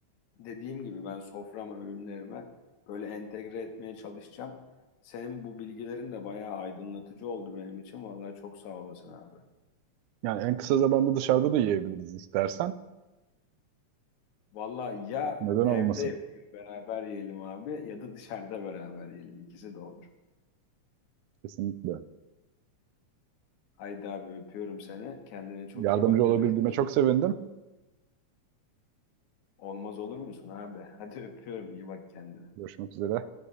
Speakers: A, on the left (about 75°); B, on the right (about 85°).
A: dediğim gibi ben soframa, öğünlerime böyle entegre etmeye çalışacağım. Senin bu bilgilerin de bayağı aydınlatıcı oldu benim için. Vallahi çok sağ olasın abi.
B: Yani en kısa zamanda dışarıda da yiyebiliriz istersen.
A: Valla ya
B: Neden
A: evde
B: olmasın?
A: yapayım beraber yiyelim abi ya da dışarıda beraber yiyelim. İkisi de olur.
B: Kesinlikle.
A: Haydi abi öpüyorum seni. Kendine çok
B: Yardımcı
A: iyi bak görüşürüz.
B: olabildiğime çok sevindim.
A: Olmaz olur musun abi? <laughs> Hadi öpüyorum iyi bak kendine.
B: Görüşmek üzere.